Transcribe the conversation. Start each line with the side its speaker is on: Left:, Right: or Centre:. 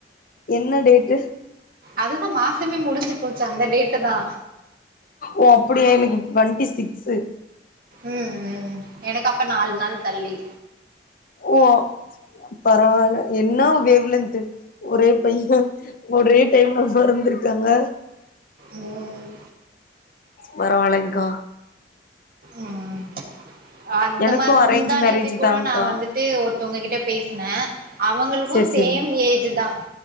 Left: என்ன டேட்டு
Right: அதுதா மாசமே முடிஞ்சு போச்சு அந்த டேட்டு தா
Left: ஓ அப்டியா எனக்கு டுவெண்டி சிக்ஸ்சு
Right: ம் ம் எனக்கு அப்ப நாலு நாள் தள்ளி
Left: ஓ பரவாயில்ல என்ன வேவ்லென்து ஒரே பைய ஒரே ஏம்லஸ்ஸா இருந்திருக்காங்க
Right: உம்
Left: பரவலைங்கா
Right: ம் ம் அந்த
Left: எனக்கு
Right: மாரி முந்தா
Left: அரேஞ்ச்
Right: நேத்திகூட
Left: மேரேஜ் தான்க்கா
Right: நா வந்துட்டு ஒரு ஒருத்தவங்கிட்ட பேசின அவங்களுக்கு
Left: செரி செரி
Right: சேம் ஏஜ்ஜு தா